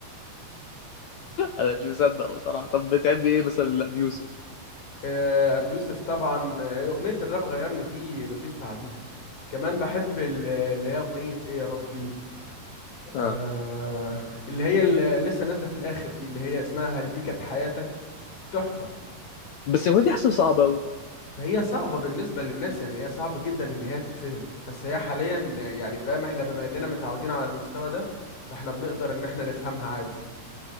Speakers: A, on the left; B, on the left.
A: انا مش مصدق بصراحه طب بتحب ايه مثلا لابي يوسف
B: آه، أبي يوسف طبعا آه، أغنية الراب غيرني دي مفيش بعديها كمان بحب ال- اللي هي أغنية ايه يا ربي
A: اه
B: آه، اللي هي اللي لسه نازلة في الآخر دي اللي هي اسمها هل دي كانت حياتك تحفة
A: بس الاغنيه دي حاسسها صعبه قوي
B: هي صعبة بالنسبة للناس يعني هي صعبة جدا إن هي تتفهم بس هي حاليا يعني فاهم إحنا بما إننا متعودين على المستوى ده فإحنا بنقدر إن إحنا نفهمها عادي